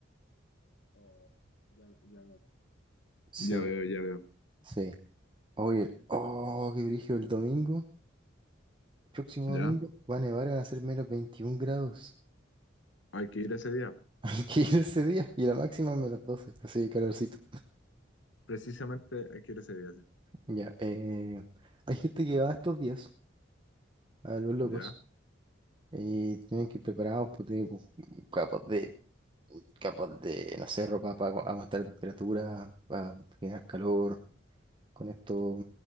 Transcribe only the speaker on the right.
Sí,
sí. Oye, el- oh, qué brillo el domingo. Próximo
domingo va a nevar y van a ser menos 21 grados.
<laughs> Hay que ir ese día. Y la máxima menos 12. Así que calorcito.
Ya, eh, hay gente que va estos días a los locos
Y tienen que ir preparados, pues tienen como capas de, capas de, no sé, ropa para aguantar temperatura, para generar calor, con esto,